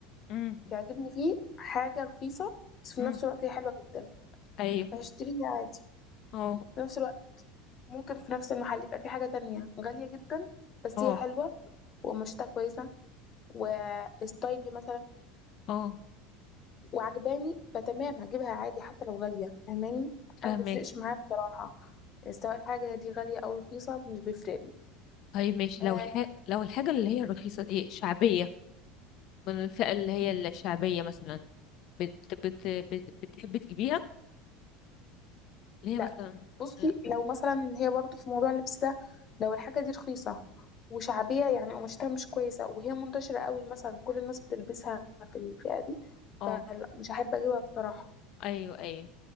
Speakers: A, on the left; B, on the left.
A: مم.
B: تعجبني فيه حاجه رخيصه بس في
A: مم.
B: نفس الوقت هي حلوه جدا
A: أيوه
B: فهشتريها عادي
A: اه
B: في نفس الوقت ممكن في نفس المحل يبقى في حاجه تانية غاليه جدا بس
A: اه
B: هي حلوه وقماشتها كويسه وستايلي مثلا
A: اه
B: وعجباني فتمام هجيبها عادي حتى لو غالية فاهماني
A: فاهمك
B: انا مبيفرقش معايا بصراحة سواء الحاجة دي غالية او رخيصة مش بيفرق لي
A: طيب ماشي
B: آه
A: لو الح... لو الحاجة اللي هي الرخيصة دي شعبية من الفئة اللي هي الشعبية مثلا بت... بت... بت... بتحب تجيبيها اللي
B: لا
A: هي مثلا
B: بصي
A: اه
B: لو مثلا هي برضو في موضوع اللبس ده لو الحاجة دي رخيصة وشعبية يعني قماشتها مش كويسة وهي منتشرة قوي مثلا كل الناس بتلبسها في الفئة دي
A: اه
B: فلا مش هحب اجيبها بصراحة
A: ايوه ايوه